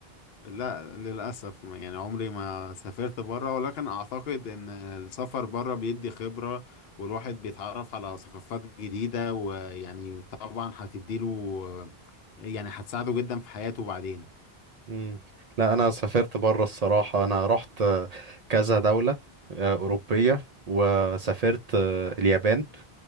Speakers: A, on the left (about 75°); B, on the right (about 55°).
A: لا للاسف ما- يعني عمري ما سافرت بره ولكن اعتقد ان السفر بره بيدي خبرة والواحد بيتعرف على ثقافات جديدة ويعني طبعا هتديله يعني هتساعده جدا في حياته بعدين
B: امم لا انا سافرت بره الصراحة انا رحت آه، كذا دولة آه، أوروبية وسافرت آه، اليابان